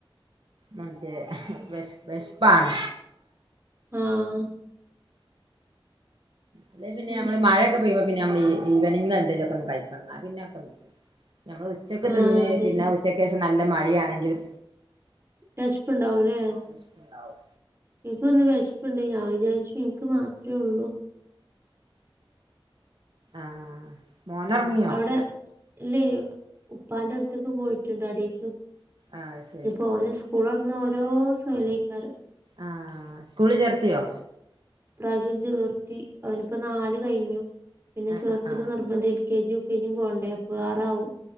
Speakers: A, on the right; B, on the right.
A: മറ്റേ വെഷ് വെഷ്പാണ്
B: ആഹ്
A: അല്ലെ പിന്നെ
B: ശരി
A: നമ്മള് മഴൊക്കെ പെയുമ്പൊ പിന്നെ നമ്മള് ഈ ഈവനിങ്ങിലെന്തേലൊക്കൊന്ന് കയിക്കണം ഇന്നാ പിന്നെ കഹോക്കെ നി ഞമ്മള് ഉച്ചക്ക്
B: ആഹ്
A: തിന്ന്
B: അതെ
A: പിന്നെ
B: അതെ
A: അഹ്‌ ഉച്ചക്കേഷം നല്ല മഴിയാണെങ്കില്
B: വെശ്പ്പ്ണ്ടാവുലേ
A: വെശ്പ്പ്ണ്ടാവും
B: ഇൻക്കൊന്ന് വെശ്പ്പ്ണ്ടെ ഞാൻ വിചാര്ച്ചു ഇൻക്ക് മാത്രേ ഒള്ളു
A: ആഹ് മോനൊർങ്ങിയോ?
B: അവടെ ഇല്ലേ ഉപ്പാന്റെ അടുത്തേക്ക് പോയിട്ടുണ്ടാടീക്ക്
A: ആഹ് ശരി
B: നീപോന സ്കൂ കുളൊർന്ന ഓരോ സൊലിക്കാരം
A: ആഹ് സ്കൂളി ചേർത്തിയോ
B: ഈ പ്രാവശ്യം ചേർത്തി അവനിപ്പോ നാല് കഴിഞ്ഞു പിന്നെ
A: ആഹ്
B: ചേർത്തല്
A: ആഹ് ആഹ്
B: നിർബന്ധ എൽ കെ ജി കെജി പോവണ്ടേ അപ്പൊ ആറാവും